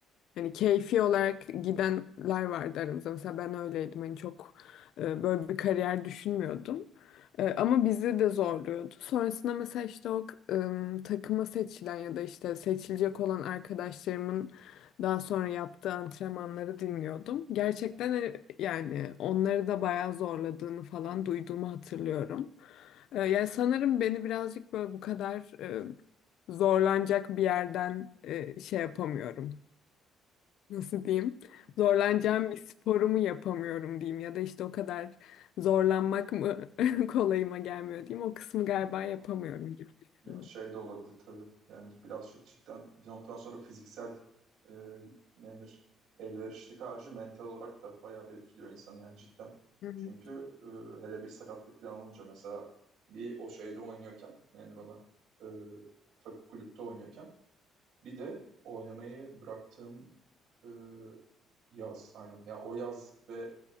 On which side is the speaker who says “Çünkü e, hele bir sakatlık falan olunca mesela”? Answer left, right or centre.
Right